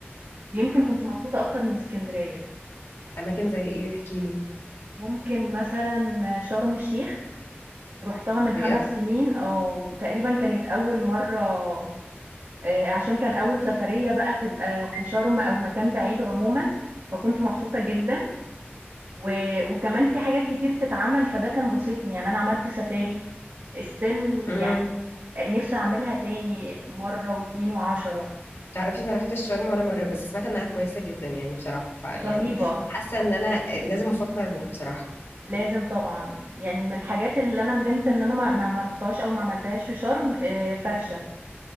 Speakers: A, on the right; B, on the left.
A: ويمكن كنت مبسوطة أكتر من إسكندرية،
B: اماكن زي ايه احكي لي
A: ممكن مثلًا شرم الشيخ رُحتها من
B: بجد
A: 5 سنين آه، وتقريبًا كانت أول مرّة آآ عشان كان أول سفرية بقى تبقى في شرم أو مكان بعيد عمومًا، فكنت مبسوطة جدًا و وكمان في حاجات كتير تتعمل، فده كان باسطني، يعني أنا عملت سفاري still
B: امم
A: يعني آآ نِفْسي أعملها تاني مرّة و2 و10
B: تعرفي ما رحتش شرم ولا مرة بس سمعت انها كويسة جدا يعني بصراحة فيعني
A: رهيبة،
B: حاسة ان انا لازم افكر اروح بصراحة
A: لازم طبعًا، يعني من الحاجات اللي أنا ندمت إن أنا ما ما ما رُحتهاش أو ما عملتهاش في شرم آآ فرشة.